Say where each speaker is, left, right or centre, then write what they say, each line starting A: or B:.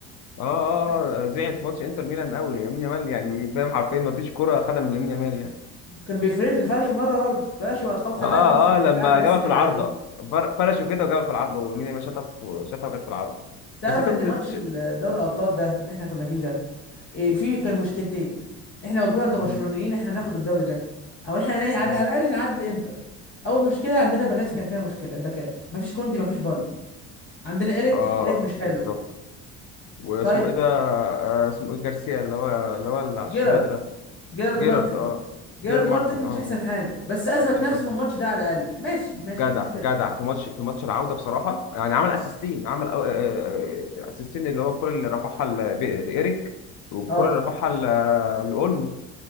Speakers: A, on the left (about 60°); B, on the left (about 35°).
A: اه اه
B: لا
A: آه، زعل في ماتش انتر ميلان قوي يمين يامال يعني فاهم حرفيا ما فيش كره خدها من يمين يامال يعني
B: كان بيفرش ده فرش مره برضه فرش وخ- خلاه
A: اه
B: يخبط في البتاع
A: اه لما
B: البلاستيك
A: جابها في
B: اللي
A: العارضه
B: على اليمين
A: فر- فرشه كده وجابها
B: اه
A: في العارضه ويمين يامال شاطها في- شاطها وجت في العارضه
B: تعرف
A: بس انت
B: ان
A: كنت
B: ماتش
A: تش...
B: ال- دوري الابطال ده اللي احنا كنا فيه ده إيه، فيه كان مشكلتين احنا واجهونا كبرشلونيين
A: مم،
B: احنا هناخد الدوري ده او احنا نا- على
A: مم.
B: على الاقل نعدي انتر اول مشكله عندنا باكات كان فيها مشكله الباكات مفيش كوندي مفيش بالدي عندنا ايريك
A: اه
B: ايريك مش حلو
A: بالظبط واسمه
B: طيب
A: ايه ده آه، اسمه ايه جارسيا اللي هو اللي هو اللي على
B: جيرارد
A: الشمال ده
B: جيرارد
A: جيرارد
B: مارتن
A: اه
B: جيرارد
A: جيرارد مارتن
B: مارتن
A: اه
B: مش
A: اه
B: احسن حاجه بس اثبت
A: مش
B: نفسه
A: احسن
B: في
A: حاجه
B: الماتش ده على الاقل ماشي
A: جدع
B: ماشي مفيش مشكله
A: جدع في ماتش في ماتش العوده بصراحه يعني عمل اسيستين عمل أو- آه، آه، آه، اسيستين اللي هو الكره اللي رفعها ل- ب- لايريك والكره
B: اه
A: اللي رفعها ل- لاولمو